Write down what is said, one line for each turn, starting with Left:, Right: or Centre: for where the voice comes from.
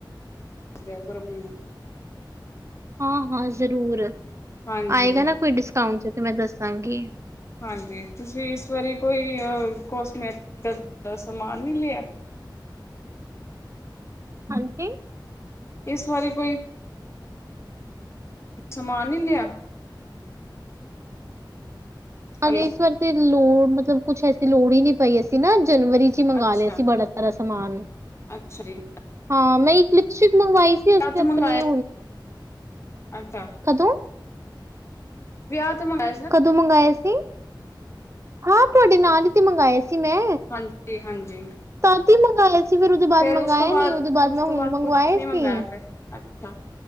Left: <unintelligible> ਕਰੋ ਮੈਨੂੰ।
Right: ਹਾਂ- ਹਾਂ, ਜ਼ਰੂਰ,
Left: ਹਾਂਜੀ,
Right: ਆਏਗਾ ਨਾ ਕੋਈ ਡਿਸਕਾਊਂਟ ਤੇ ਮੈ ਦੱਸਾਂਗੀ।
Left: ਹਾਂਜੀ, ਤੁਸੀ ਇਸ ਵਾਰੀ ਕੋਈ ਅ ਕੋਸਮੈਟਿਕ ਦਾ ਸਮਾਨ ਨਈ ਲਿਆ।
Right: ਹਾਂਜੀ।
Left: ਇਸ ਵਾਰੀ ਕੋਈ ਸਮਾਨ ਨੀ ਲਿਆ
Right: ਹਾਂਜੀ,
Left: ਹੈਲੋ
Right: ਇਸ ਵਾਰ ਤੇ ਲੋੜ, ਮਤਲਬ ਕੁਛ ਐਸੀ ਲੋੜ ਹੀ ਨੀ ਪਈ ਅਸੀ ਨਾ ਜਨਵਰੀ ਚ ਮੰਗਵਾ
Left: ਅੱਛਾ।
Right: ਲਿਆ ਸੀ ਬੜਾ ਸਾਰਾ ਸਮਾਨ
Left: ਅੱਛਾ ਜੀ
Right: ਹਾਂ, ਮੈਂ ਇੱਕ ਲਿਪਸਟਿਕ ਮੰਗਵਾਈ ਸੀ ਅਸੀਂ
Left: <unintelligible>
Right: ਆਪਣੀ
Left: ਮੰਗਾਏ ਅੱਛਾ।
Right: ਕਦੋ?
Left: ਵਿਅਹ ਤੇ ਮਿਗਾ
Right: ਕਦੋ ਮੰਗਾਏ ਸੀ? ਹਾਂ ਤੁਆਡੇ ਨਾਲ ਹੀ ਤੇ ਮੰਗਵਾਏ ਸੀ ਮੈ
Left: ਹਾਂਜੀ- ਹਾਂਜੀ।
Right: ਤਦ ਹੀ ਮੰਗਾਏ ਸੀ, ਫਿਰ ਓਦੇ ਬਾਦ
Left: ਫੇਰ ਉਸ
Right: ਮੰਗਾਏ
Left: ਤੋਂ ਬਾਅਦ
Right: ਨੀ, ਓਦੇ ਬਾਦ
Left: ਉਸ
Right: ਮੈ
Left: ਤੋਂ
Right: ਹੁਨ
Left: ਬਾਅਦ
Right: ਮੰਗਾਏ
Left: ਕੁਛ ਨੀ
Right: ਸੀ।
Left: ਮੰਗਾਇਆ ਫਿਰ ਅੱਛਾ,